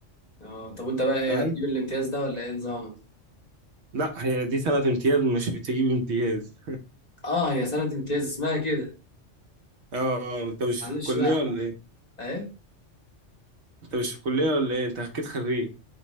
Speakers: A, on the left; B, on the right.
A: اه طب وانت بقى
B: فاهم
A: ايه هتجيب الامتياز ده ولا ايه نظامك
B: لا هي دي سنة امتياز مش بتجيب امتياز
A: اه هي سنة امتياز اسمها كده
B: <laughs> اه اه انت مش
A: معلش
B: في الكلية
A: بقى احنا
B: ولا ايه
A: ايه
B: انت مش في الكلية ولا ايه انت حكيت خريج